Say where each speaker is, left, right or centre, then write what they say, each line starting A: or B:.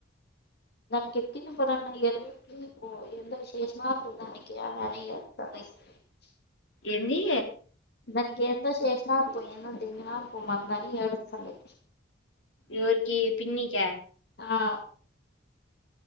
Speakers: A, on the left (about 60°); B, on the left (about 85°).
A: దానికి ఎక్కింది <unintelligible> పో ఏందో చేసినారు దానికి <unintelligible>
B: ఎందీ
A: దానికి ఏందో‌ చేసినారు పో ఏందో <unintelligible> ఇప్పుడు మొత్తానికి ఏడుస్తాంది
B: ఎవరికీ పిన్నిక్యా
A: ఆ